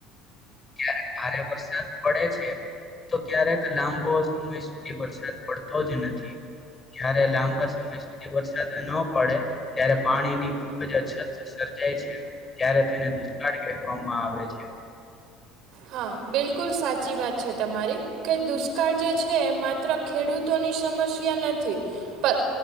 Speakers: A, on the left (about 25°); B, on the right (about 60°).
A: ક્યારે ભારે વરસાદ પડે છે. તો ક્યારેક લાંબો સમય સુધી વરસાદ પડતો જ નથી. જયારે લાંબા સમય સુધી વરસાદ ન પડે. ત્યારે પાણી ની અછત સર્જાય છે. ત્યારે તેને દુષ્કાળ કહેવામાં આવે છે.
B: હા બિલકુલ સાચી વાત છે તમારી. કે દુષ્કાળ જે છે માત્ર ખેડૂતોની સમસ્યા નથી પર.